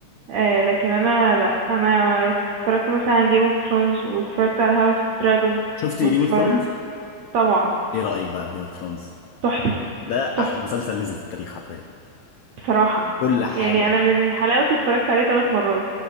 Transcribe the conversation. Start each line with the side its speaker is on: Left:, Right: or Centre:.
Right: آه لكن انا لا انا اتفرجت مثلا على جيم اوف ثرونز واتفرجت على هاوس اوف دراجون
Left: شفتي
Right: واتفر
Left: جيم اوف ثرونز
Right: طبعا
Left: ايه رايك بقى في جيم اوف ثرونز
Right: تحفة
Left: ده
Right: تحفة
Left: احلى مسلسل نزل في التاريخ حرفيا
Right: بصراحة
Left: كل حاجه
Right: يعني انا من حلاوته اتفرجت عليه ثلاث مرات